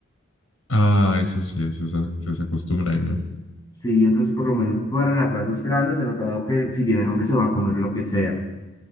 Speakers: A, on the left (about 75°); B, on the left (about 20°).
A: Ah, eso sí, se, sa- se, acostumbran, ¿no?
B: Sí, entonces por lo menos para las razas grandes he notado que si tienen hambre se van a comer lo que sea.